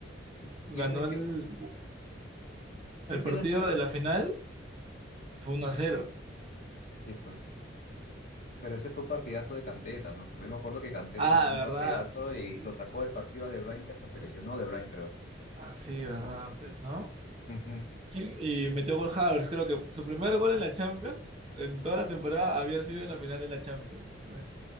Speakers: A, on the left (about 45°); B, on the right (about 30°).
A: Y,
B: Ganó
A: y Andrés, ¿qué,
B: el, el
A: qué opinas?
B: partido de la final, fue uno a cero.
A: Sí, pues. Pero ese fue un partidazo de Kanté también. Yo me acuerdo que Kanté
B: Ah,
A: se metió un
B: ¿verdad?
A: partidazo
B: Sí,
A: y lo
B: sí,
A: sacó
B: tam-
A: del partido a De Bruyne, que hasta se lesionó De Bruyne, creo.
B: Ah, sí, ¿verdad? Pues, ¿no?
A: Ujú.
B: ¿Quién? Y metió gol Havers, creo que su primer gol en la Champions, en toda la temporada, había sido en la final de la Champions, pues,